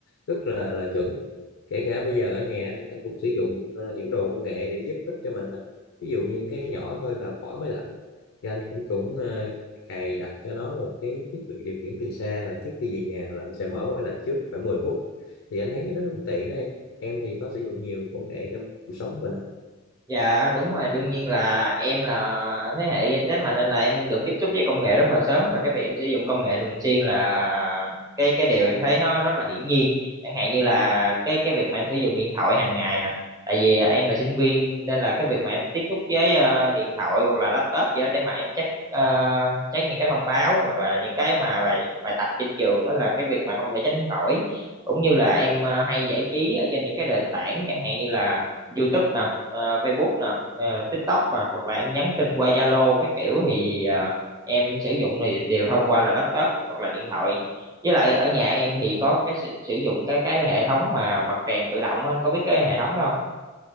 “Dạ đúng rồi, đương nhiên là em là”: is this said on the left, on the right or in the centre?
Right